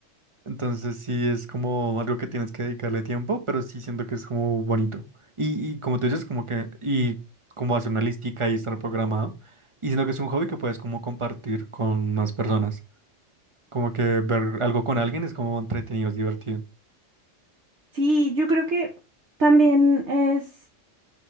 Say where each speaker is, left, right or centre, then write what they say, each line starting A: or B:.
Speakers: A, on the right; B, on the right.
A: Entonces sí es como algo que tienes que dedicarle tiempo, pero sí siento que es como bonito. Y, y como tú dices, como que, y como hacer una listica y estar programado. Y siento que es un hobby que puedes como compartir con más personas. Como que ver algo con alguien es como entretenido, es divertido.
B: Sí, yo creo que también es